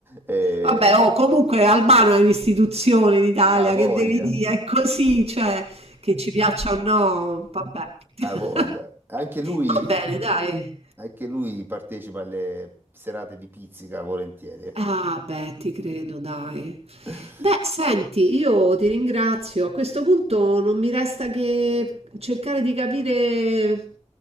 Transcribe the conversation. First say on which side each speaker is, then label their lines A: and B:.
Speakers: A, on the right (about 15°); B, on the right (about 55°).
A: Eh,
B: Vabbè, oh, comunque Albano è un'istituzione in Italia,
A: ha voglia,
B: che devi dire, è così, cioè, che ci piaccia o no, vabbè. <laughs>
A: ha voglia. Anche lui,
B: Va bene, dai.
A: anche lui partecipa alle serate di pizzica volentieri. eh.
B: Ah, beh, ti credo, dai.
A: <laughs>
B: Beh, senti, io ti ringrazio. A questo punto non mi resta che cercare di capire